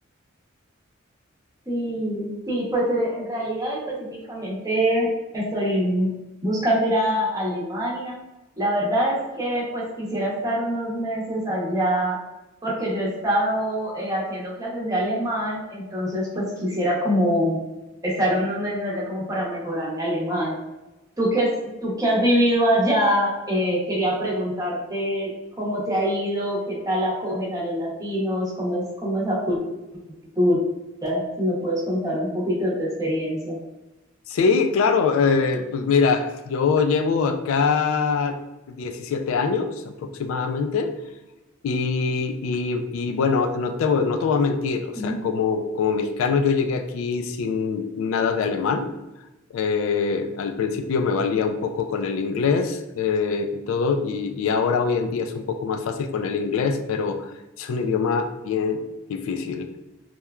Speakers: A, on the right; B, on the left.
A: Sí, sí, pues eh, en realidad específicamente estoy mm, buscando ir a Alemania. La verdad es que pues quisiera estar unos meses allá porque yo he estado eh, haciendo clases de alemán, entonces pues quisiera como estar unos meses allá como para mejorar mi alemán. Tú que, es- tú que has vivido allá, eh, quería preguntarte cómo te ha ido, qué tal acogen a los latinos, cómo es, cómo es esa dura, si me puedes contar un poquito de tu experiencia.
B: Sí, claro, eh, pues mira, yo llevo acá 17 años aproximadamente. Y, y- y bueno, no te voy, no te voy a mentir, o
A: ¿Mm?
B: sea, como, como mexicano yo llegué aquí sin nada de alemán. Eh, al principio me valía un poco con el inglés eh, y todo, y, y ahora hoy en día es un poco más fácil con el inglés, pero es un idioma bien difícil